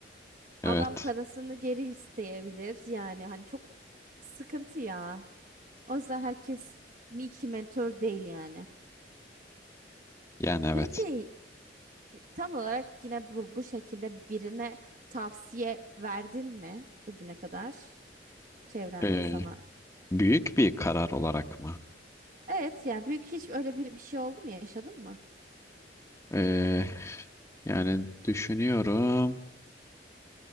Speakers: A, on the left (about 15°); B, on the right (about 50°).
A: Evet.
B: adam parasını geri isteyebilir. Yani hani çok sıkıntı ya. O yüzden herkes bir iki mentor değil yani.
A: Yani evet.
B: Peki E, Tam olarak yine bu, bu şekilde birine tavsiye verdin mi bugüne kadar çevrende
A: Ee,
B: sana?
A: büyük bir karar olarak mı?
B: Evet yani büyük hiç öyle bir, bir şey oldu mu yaşadın mı?
A: Ee, yani düşünüyorum.